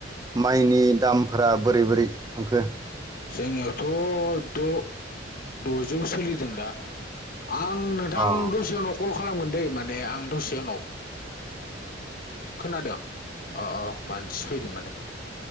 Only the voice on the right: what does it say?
माइनि दामफोरा बोरै बोरै थांखो
अ